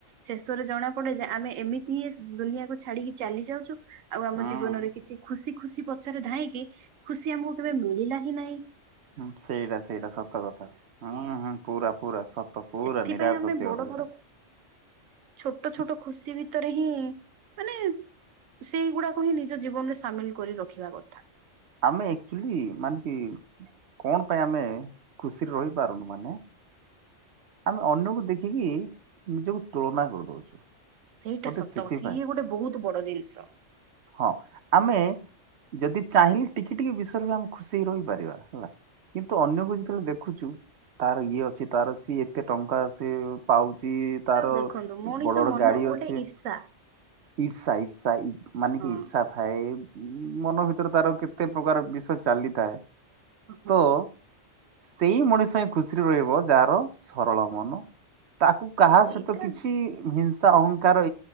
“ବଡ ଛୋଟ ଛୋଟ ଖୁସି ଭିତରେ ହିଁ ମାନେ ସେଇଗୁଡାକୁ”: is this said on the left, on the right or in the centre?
Right